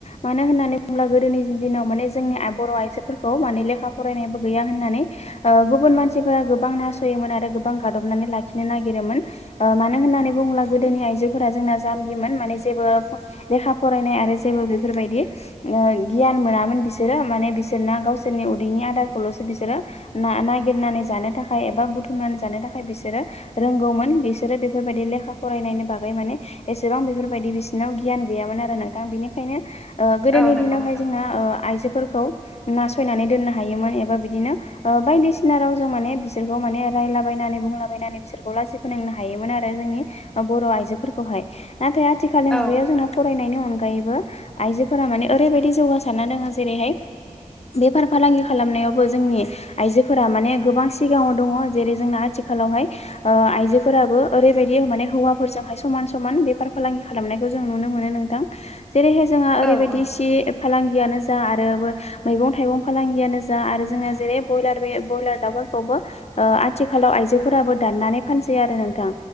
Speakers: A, on the left (about 50°); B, in the centre.
A: मानो होननानै बुङोब्ला गोदोनि दिनाव माने जोंनि बर' आइजोफोरखौ माने लेखा फरायनायाबो गैया होननानै गुबुन मानसिफोरा गोबां नासयोमोन आरो गोबां गादबनानै लाखिनो नागिरोमोन मानो होननानै बुङोब्ला गोदोनि आइजोफोरा जोंना जाम्बिमोन माने जेबो लेखा फरायनाय आरो जेबो बेफोरबायदि गियान मोनामोन बिसोरो माने बिसोरना गावसोरनि उदैनि आदारखौल'सो बिसोरो ना नागिरनानै जानो थाखाय एबा बुथुमनानै जानो थाखाय बिसोरो रोंगौमोन बिसोरो बेफोरबायदि लेखा फरायनायनि बागै माने एसेबां बेफोरबायदि बिसोरनाव गियान गैयामोन आरो नोंथां बिनिखायनो गोदोनि
B: औ नंगौ
A: दिनावहाय
B: नोंथां
A: जोंना आइजोफोरखौ नासयनानै दोननो हायोमोन एबा बिदिनो बायदिसिना राव जों माने बिसोरखौ माने रायलाबायनानै बुंलाबायनानै बिसोरखौ लासि फोनांनो हायोमोन आरो जोंनि बर' आइजोफोरखौहाय नाथाय आथिखालनि
B: औ
A: मुगायाव जोंना फरायनायनि अनगायैबो आइजोफोरा माने ओरैबायदि जौगासारना दङो जेरैहाय बेफार फालांगि खालामनायावबो जोंनि आइजोफोरा माने गोबां सिगाङाव दङ जेरै जोंना आथिखालावहाय आइजोफोराबो ओरैबायदि माने हौवाफोरजोंहाय समान समान बेफार फालांगि खालामनायखौ जों नुनो मोनो नोंथां जेरैहाय जोंहा ओरैबायदि
B: औ औ
A: सि फालांगियानो जा आरो मैगं थाइगं फालांगियानो जा आरो जोंना जेरै ब्रयलार बे ब्रयलार खौबो आथिखालाव आइजोफोराबो दान्नानै फानसै आरो नोंथां